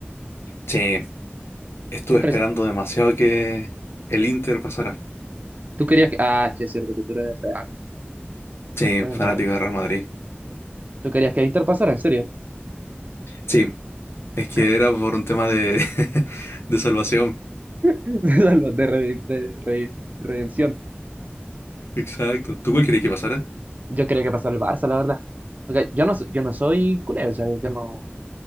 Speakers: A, on the left; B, on the right.
A: sí. Estuve
B: ¿Qué impres-
A: esperando demasiado que el Inter pasara.
B: ¿Tú querías que... Ah, es que es cierto que tú eres real.
A: Sí,
B: Tú eres
A: fanático
B: el Madrid.
A: de Real Madrid.
B: ¿Tú querías que Inter pasara, en serio?
A: Sí, es que
B: <laughs>
A: era por un tema de, <laughs> de salvación.
B: De, re- de re- redención.
A: Exacto. ¿Tú cuál crees que pasara?
B: Yo quería que pasara el Barça, la verdad. Porque yo no, so- yo no soy culé, o sea, yo no...